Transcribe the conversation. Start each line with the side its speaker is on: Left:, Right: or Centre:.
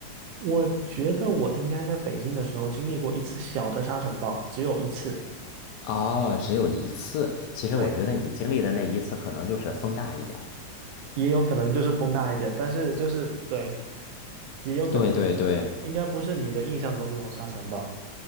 Right: 我觉得我应该在北京的时候经历过一次小的沙尘暴，只有一次。
Left: 哦，只有一次。其实我觉得你经历的那一次，
Right: 对。
Left: 可能就是风大一点儿。
Right: 也有可能就是风大一点，但是就是对，也有可能，
Left: 对对对。
Right: 应该不是你的印象中那种沙尘暴。